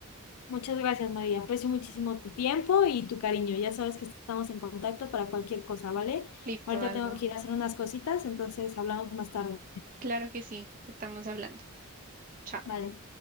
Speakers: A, on the left; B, on the right.
A: Muchas gracias, María. Aprecio muchísimo tu tiempo y tu cariño. Ya sabes que estamos en contacto para cualquier cosa, ¿vale?
B: Listo,
A: Ahorita
B: Alma.
A: tengo que ir a hacer unas cositas, entonces hablamos más tarde.
B: Claro que sí, estamos hablando. Chao.
A: Vale.